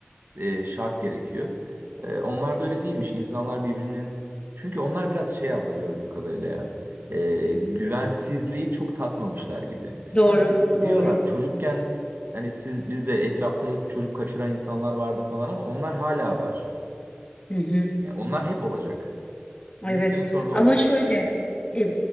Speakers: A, on the right (about 60°); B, on the left (about 25°).
A: e, şart gerekiyor. E, onlar da öyle değilmiş. İnsanlar birbirinin çünkü onlar biraz şey abla gördüğüm kadarıyla ya e, güvensizliği çok tatmamışlar gibi.
B: Doğru,
A: Hani di-
B: doğru.
A: diyorlar çocukken hani siz biz de etrafta hep çocuk kaçıran insanlar vardı falan ama onlar hala var.
B: Hı hı.
A: E, onlar hep olacak. 100
B: Evet
A: sene sonra da
B: ama
A: olacak
B: şöyle
A: belki.
B: e,